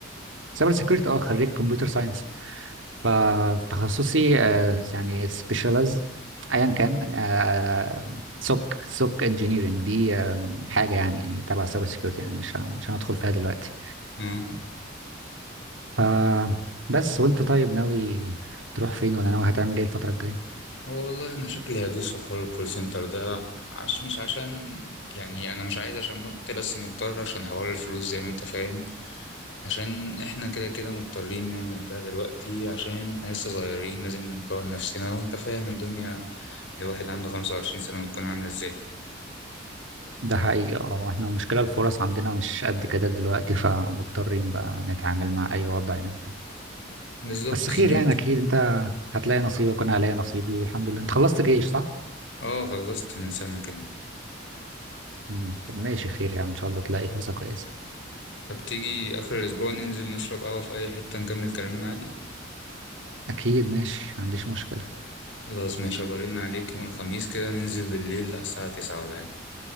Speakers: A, on the right; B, on the left.
A: سايبر سيكيورتي أه خريج كمبيوتر ساينس فتخصصي آه، يعني سبيشالايز ايا كان آه، سوك سوك انجينيرنج دي آه، حاجه يعني تبع سايبر سيكيورتي يعني مش ه- مش هندخل فيها دلوقتي
B: اه
A: ف بس وانت طيب ناوي تروح فين ولا ناوي هتعمل ايه الفتره الجايه
B: والله انا شكلي هدوس في حوار الكول سنتر ده عش مش عشان يعني انا مش عايز عشان مت بس مضطر عشان حوار الفلوس زي ما انت فاهم عشان احنا كده كده مضطرين نعمل ده دلوقتي عشان احنا لسه صغيرين لازم نكون نفسنا وانت فاهم الدنيا لواحد عنده خمسة وعشرين سنة بتكون عاملة ازاي
A: ده حقيقي اه احنا المشكله الفرص عندنا مش قد كده دلوقتي فمضطرين بقى نتعامل مع اي وضع يعني
B: بالظبط
A: بس خير
B: زي ما
A: يعني
B: قلت
A: اكيد انت هتلاقي نصيبك وانا هلاقي نصيبي والحمد لله انت خلصت جيش صح؟
B: اه خلصت من سنة كده
A: مم. طب ماشي خير يعني ان شاء الله تلاقي فرصه كويسه
B: طب تيجي آخر الأسبوع ننزل نشرب قهوة في أي حتة نكمل كلامنا عادي
A: اكيد ماشي ما عنديش مشكلة
B: خلاص ماشي هبقى ارن عليك يوم الخميس كده ننزل بالليل على الساعة تسعة ولا حاجة